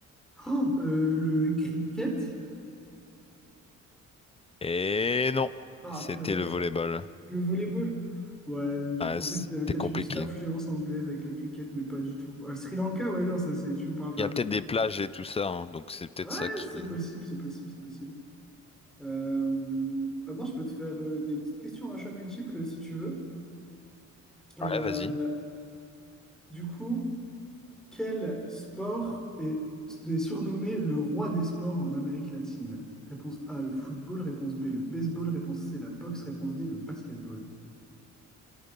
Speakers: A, in the centre; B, on the left (about 20°).
A: Oh, euh, le cricket?
B: Et non,
A: Ah,
B: c'était
A: purée.
B: le volleyball.
A: Le volleyball? Ouais, je
B: Ah,
A: pensais
B: c'était
A: qu'il avait peut-être
B: compliqué.
A: une petite influence anglaise avec le cricket, mais pas du tout. Euh, Sri Lanka, ouais, non, ça c'est. Tu me parles d'un.
B: Il y a peut-être des plages et tout ça, hein, donc c'est peut-être
A: Ouais,
B: ça qui...
A: c'est possible, c'est possible, c'est possible. Euh, maintenant, je peux te faire euh, des petites questions à choix multiples si tu veux. Euh,
B: Ouais, vas-y.
A: du coup, quel sport est, est surnommé le roi des sports en Amérique latine? Réponse A, le football. Réponse B, le baseball. Réponse C, la boxe. Réponse D, le basketball.